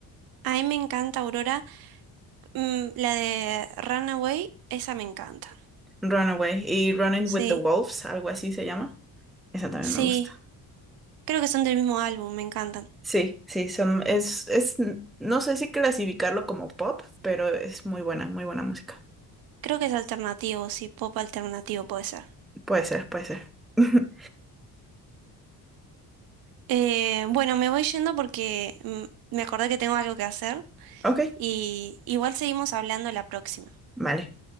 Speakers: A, on the right; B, in the centre.
A: A mí me encanta Aurora. Mm, la de Runaway, esa me encanta.
B: Runaway y Running with
A: Sí,
B: the Wolves, algo así se llama. Esa también
A: sí.
B: me gusta.
A: Creo que son del mismo álbum, me encantan.
B: Sí, sí, son, es, es, no sé si clasificarlo como pop, pero es muy buena, muy buena música.
A: Creo que es alternativo, sí, pop alternativo puede ser.
B: Puede ser, puede ser. <laughs>
A: Eh, bueno, me voy yendo porque mm, me acordé que tengo algo que hacer
B: Ok,
A: y igual seguimos hablando la próxima.
B: vale.